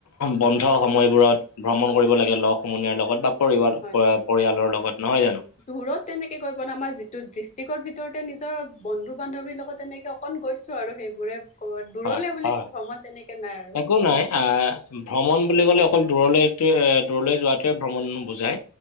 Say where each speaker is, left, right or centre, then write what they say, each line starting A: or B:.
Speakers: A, on the left (about 85°); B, on the left (about 30°).
A: বন্ধ সময়বোৰত ভ্ৰমণ কৰিব লাগে লগ সমনীয়াৰ লগত বা- পৰিব
B: হয়
A: পৰিয়ালৰ লগত, নহয় জানো?
B: দূৰত তেনেকে গৈ পোৱা নাই, আমাৰ যিটো ডিষ্ট্ৰিকৰ ভিতৰতে নিজৰ বন্ধু বান্ধৱীৰ লগত তেনেকে- অকন গৈছো আৰু সেইবোৰে ক দূৰলে
A: হয়
B: বুলি
A: হয়
B: ভ্ৰমণ তেনেকে নাই আৰু।
A: একো নাই, আঁহ- ভ্ৰমণ বুলি ক'লে অকল দূৰলৈতে এ দূৰলৈ যোৱাটোৱে ভ্ৰমণ নোবুজাই,